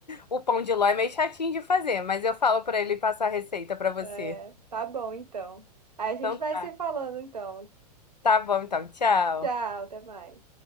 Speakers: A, on the left; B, on the right.
A: o pão de ló é meio chatinho de fazer, mas eu falo pra ele passar a receita pra você.
B: É, tá bom então. Aí a gente
A: Então
B: vai
A: tá.
B: se falando então.
A: Tá bom, então, tchau.
B: Tchau, até mais.